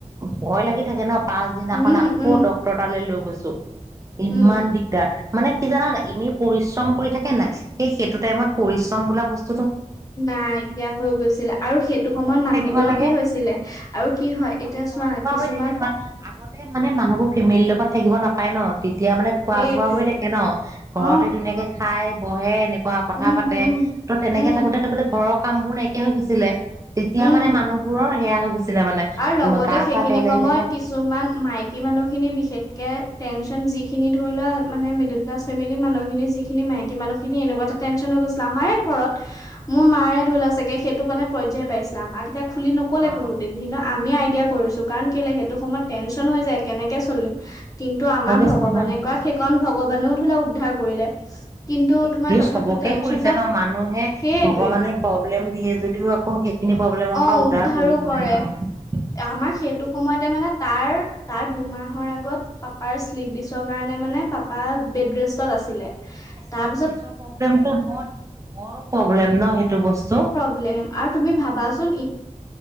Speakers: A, on the right; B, on the left.
A: ভয় লাগি থাকে ন। পাছদিনাখন
B: উম উম
A: আকৌ
B: উম
A: ডক্টৰ তালৈ লৈ গৈছে চ ইমান
B: উম
A: দিগদাৰ। মানে কি জানা এনেই পৰিশ্ৰম কৰি থাকে নাই সেই সেইটো টাইমত পৰিশ্ৰম বোলা বস্তু
B: নাইকিয়া হৈ গৈছিলে আৰু সেইটো
A: ঘৰতে
B: সময়ত মানুহবোৰক
A: থাকিব লাগে
B: কি হৈছিলে। আৰু কি হয়
A: খোৱা
B: এতিয়া চোৱা
A: বোৱা
B: কিছুমান
A: হৈ থাকে ধৰা আগতে মানে মানুহবোৰ ফেমিলিৰ লগত থাকিব নাপায় ন তেতিয়া মানে খোৱা
B: সেইটোৱে
A: বোৱা হৈ থাকে ন
B: অ
A: ঘৰতে ধুনীয়াকে খাই। বহে এনে কোৱা কথা
B: উম
A: পাতে
B: উম
A: ত' তেনেকে
B: উম
A: থাকোতে থাকোতে ঘৰৰ কামবোৰ নাইকিয়া হৈ গৈছিলে। তেতিয়া
B: উম
A: মানে মানুহবোৰৰ সেয়া গৈছিলে মানে
B: আৰু লগতে
A: গা
B: সেইখিনি
A: চা বেয়া লাগি
B: সময়ত
A: থাকে
B: কিছুমান মাইকী মানুহখিনি বিশেষকে টেনচন যিখিনি ধৰি লোৱা মানে মডল ক্লা ফেমিলি মানুহখিনি যিখিনি মকী মানুহখিনি এনেকুৱা এটা টেনচন গৈছিলে আমাৰে ঘৰত মোৰ মাৰে ধৰা চাগে খেই ত মে পৰ্যায় পাইছিলে আমাৰ এতি খুলি নক'লে
A: অ
B: কৰোঁতে বোলিলো আমি আইডিয়া কৰিছো কাৰণ কেলে সেইটো সময়ত টেনছ যায় কেনেকে চলিম কিন্তু আমাৰ
A: তেনেকে
B: ভগৱানে
A: চিনেমা হয়
B: কাত সেইখনণ ভগৱানেও ধা উদ্ধাৰ কৰিলে কিন্তু
A: এইটো
B: তোমাৰ তথাপিতো
A: সবকে
B: টেনচন
A: কৰিছে
B: এটা
A: ন মানুহে
B: সেইটোৱে
A: ভগৱানে প্ৰব্লেম দিয়ে যদিও আকৌ সেইখিনি প্ৰব্লেমৰ
B: অ
A: পৰা উদ্ধাৰ
B: উদ্ধাৰো
A: কৰিবই
B: কৰে
A: ন
B: আমাৰ সেইটো সময়তে মানে তাৰ তাৰ দুমাহৰ আগত পাপাৰ শ্লিপ দিছ কাৰণে মানে পাপা বৰ ব্যস্ত আছিলে বৰ
A: চিফটিছৰ প্ৰব্লেমটো বৰ বৰ প্ৰব্লেম ন সেইটো বস্তু।
B: প্লেলেম তুমি ইমান ভাবাচোন